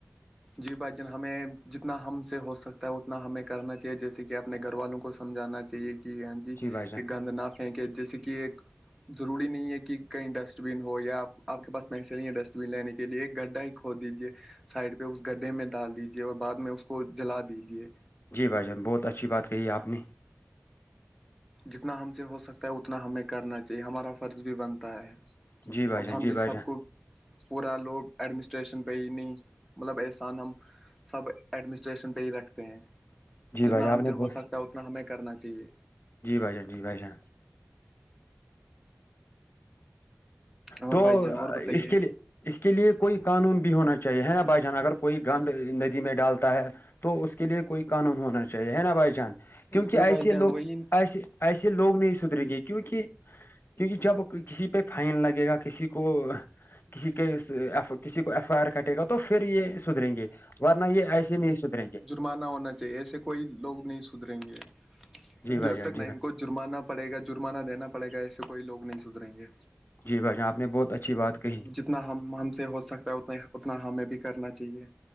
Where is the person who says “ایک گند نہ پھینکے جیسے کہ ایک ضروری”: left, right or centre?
Centre